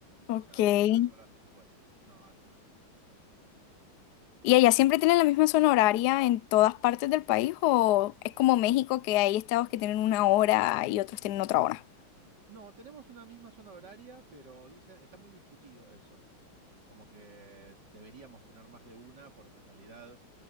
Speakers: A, on the left; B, on the right.
A: Ok.
B: O sea, dos o tres horas después sería. No, antes.
A: ¿Y allá siempre tienen la misma zona horaria en todas partes del país o es como México que hay estados que tienen una hora y otros tienen otra hora?
B: No, tenemos una misma zona horaria, pero dice, está muy discutido eso. Como que deberíamos tener más de una, porque en realidad